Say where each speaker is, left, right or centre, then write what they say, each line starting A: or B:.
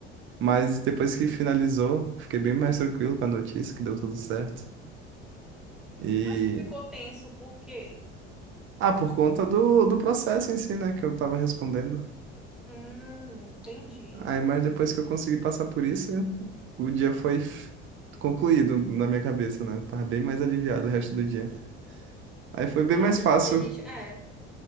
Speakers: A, on the right; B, in the centre.
A: mas depois que finalizou, fiquei bem mais tranquilo com a notícia que deu tudo certo. E.
B: mas tu ficou tenso por quê?
A: Ah, por conta do, do processo em si, né? Que eu tava respondendo.
B: Hum, entendi.
A: Aí, mas depois que eu consegui passar por isso, o dia foi f- concluído na minha cabeça, né? Eu Tava bem mais aliviado o resto do dia. Aí foi bem
B: Ah,
A: mais
B: depois
A: fácil
B: que a gente é,